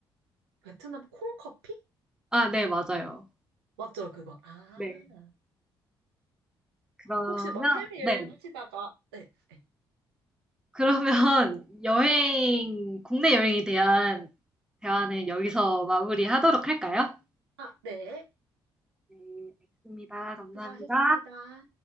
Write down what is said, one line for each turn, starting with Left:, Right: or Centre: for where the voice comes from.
Right: 베트남 콩 커피?
Centre: 아 네, 맞아요.
Right: 맞죠, 그거. 아,
Centre: 네. 그러면
Right: 혹시 막 해외여행
Centre: 네.
Right: 하시다가, 네, 네.
Centre: 그러면 <laughs> 여행 국내 여행에 대한 대화는 여기서 마무리하도록 할까요?
Right: 아, 네.
Centre: 네, 알겠습니다. 감사합니다.
Right: 수고하셨습니다.